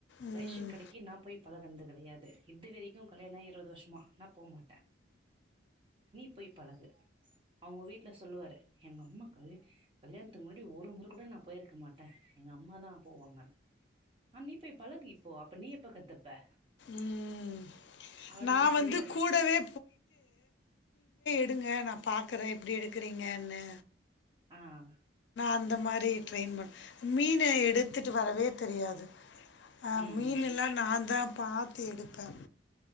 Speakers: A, on the left (about 70°); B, on the right (about 25°).
A: ம்
B: ரேஷன் கடைக்கு நான் போய் பழகினது கிடையாது இதுவரக்கிம் கல்யாண ஆயி இருபது வருஷம் மா நான் போக மாட்டேன் நீ போய் பழகு அவுங்க வீட் ல சொல்லுவாரு எங்கம்மா கல் கல்யாணி முன்னாடி ஒர் <unintelligible> நான் போயிருக்க மாட்டன் ட்டன் எங்க அம்மாதான் போவாங்க ஆஹ் நீப்போய் பழகிப்போ அப்ப நீ எப்ப கத்துப்ப
A: ம்
B: அப்டின்னு
A: நான்
B: சொல்லிட்டாரு
A: வந்து கூடவே விடுங்க நான் பாக்குறேன் இப்டி எடுக்கிறீங்கன்னு
B: ஆஹ்
A: அந்த மாரி ட்ரெயின் ப மீன எடுத்து வத்துட்டு வரவே தெரியாது அ
B: ம்
A: மீன்ல்லாம்
B: ம்
A: நான் தான் பாத்து எடுப்பேன்